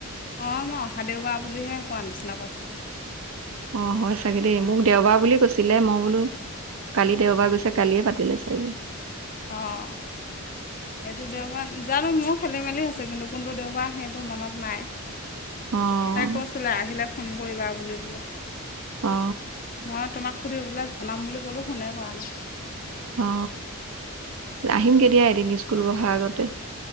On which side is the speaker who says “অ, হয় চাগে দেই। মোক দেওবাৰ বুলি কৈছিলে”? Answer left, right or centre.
Right